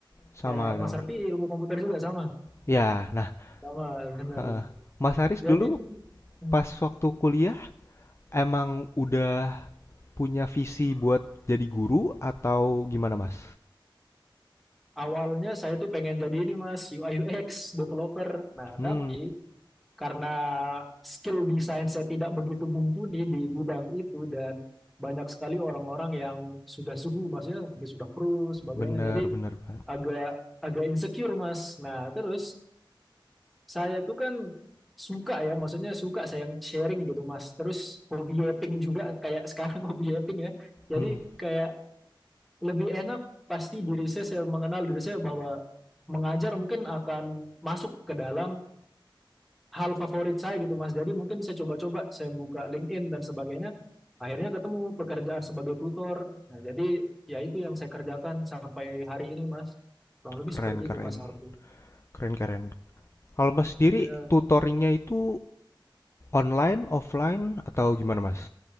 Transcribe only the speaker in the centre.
Kalau
Mas
Arfi ilmu komputer juga sama,
sama bener.
Jadi
itu, hmm,
awalnya saya tuh pengen jadi ini Mas UI UX developer. Nah
tapi karena skill desain saya tidak begitu mumpuni di bidang itu dan banyak sekali orang-orang yang sudah suhu Mas ya, mungkin sudah pro sebagainya.
Jadi
agak agak insecure Mas. Nah terus Saya tuh kan suka ya, maksudnya suka saya sharing gitu Mas. Terus hobi yapping juga kayak sekarang <laughs> hobi yapping ya. Jadi
kayak lebih enak pasti diri saya, saya mengenal diri saya bahwa mengajar mungkin akan masuk ke dalam hal favorit saya gitu Mas. Jadi mungkin saya coba-coba, saya buka LinkedIn dan sebagainya. Akhirnya ketemu pekerjaan sebagai tutor. Nah, jadi ya itu yang saya kerjakan sampai hari ini Mas. Kurang lebih
seperti
itu Mas Harfi.
Ya,